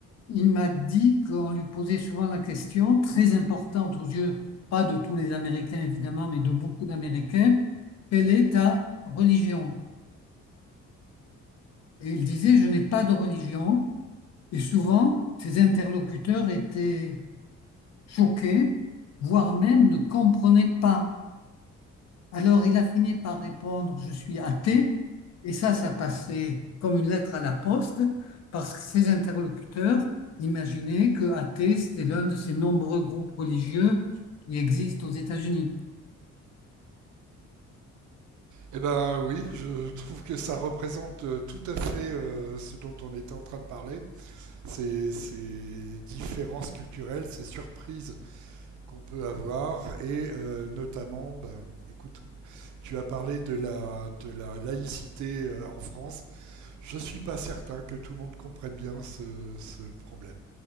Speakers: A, on the left; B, on the right.
A: Il m'a dit qu'on lui posait souvent la question, très importante aux yeux, pas de tous les Américains évidemment, mais de beaucoup d'Américains, quelle est ta religion? Et il disait, je n'ai pas de religion. Et souvent, ses interlocuteurs étaient choqués, voire même ne comprenaient pas. Alors, il a fini par répondre, je suis athée. Et ça, ça passait comme une lettre à la poste, parce que ses interlocuteurs imaginaient que athée, c'était l'un de ces nombreux groupes religieux qui existent aux États-Unis.
B: Eh ben oui, je trouve que ça représente euh, tout à fait euh, ce dont on était en train de parler. Ces, ces différences culturelles, ces surprises qu'on peut avoir et euh, notamment, ben, écoute, tu as parlé de la, de la laïcité euh, en France. Je suis pas certain que tout le monde comprenne bien ce, ce problème.